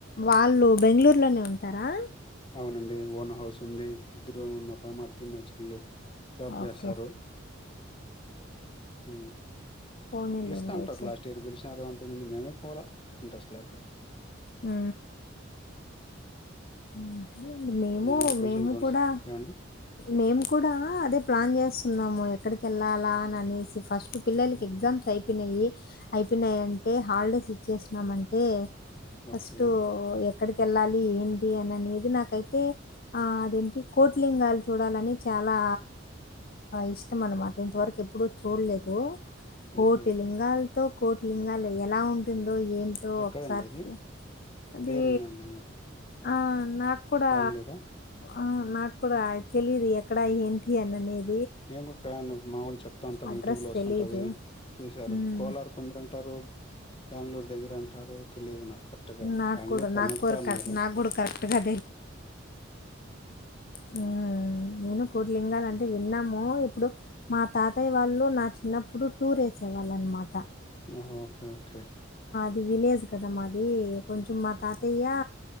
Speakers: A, on the left; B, on the left.
A: వాళ్ళు బెంగళూరులోనే ఉంటారా
B: అవునండి ఓన హౌస్ ఉంది. ఇద్దరు నా బావమరిది నా చెల్లి జాబ్
A: ఓకే
B: చేస్తారు. హు
A: పోనీలేండి
B: పిలుస్తంటారు
A: అయితే
B: లాస్ట్ ఇయర్ పిలిచినారు మేమే పోలా ఇంట్రెస్ట్ లేక
A: అ హ మేము
B: మొన్న పిలిచింది
A: మేము
B: రొండుసా
A: కూడా
B: ఏవండీ?
A: మేము కూడా అదే ప్లాన్ చేస్తున్నాము ఎక్కడికిళ్ళాలా అని అనేసి ఫస్ట్ పిల్లలకి
B: హ్మ్.
A: ఎగ్జమ్స్ అయి అయిపోయినయి అయిపోయినాయి అంటే హాలిడేస్ ఇచ్చేసినమంటే ఫస్టు
B: ఓకే.
A: ఎ అక్కడికి వెళ్ళాలి ఏంటి టి అని అనేది నాకైతే అదేంటి కోటిలింగాలు చూడాలని చాలా ఇష్టం అన్నమాట ఇంతవరకు ఎప్పుడూ చూడలేదు కోటిలింగాలు
B: ఓకే.
A: తో కోటిలింగాలు ఎలా ఉంటుంది. ఏందో ఏంటో
B: ఎక్కడండి
A: ఒకసారి
B: అది?
A: అదీ
B: పేరు విన్నాను నేను గూడా.
A: ఆ నా నాకూడా
B: బెంగుళూరా?
A: ఆ నాకు కూడా తెలిదు ఎక్కడా ఏంటి అన్ననేది
B: ఏం కూడా ప్యాన్ మామూలు చెప్తా ఉంటారు.
A: అడ్రస్
B: యూట్యూబ్ లో వస్తుంటది
A: తెలియదు
B: చూసారు
A: ఉమ్,
B: కోలారు కొందరు అంటారు. బెంగళూరు దగ్గర అంటారు. తెలిదు నాకు కరెక్ట్గా
A: నాకు
B: బెంగళూరు
A: కూడా
B: కర్ణాటక
A: నాకు కూడా
B: అన్నారు.
A: కరె- నాకు కూడా కరెక్ట్గా హు నేను కోటి లింగాలు అంటే విన్నాము ఇప్పుడు మా తాతయ్య వాళ్ళు నా చిన్నప్పుడు టూర్ వేసే వాళ్ళ అన్నమాట
B: హు హు ఓకే ఓకే
A: ఇది విలేజ్ కదా మాది కొంచెం మా తాతయ్య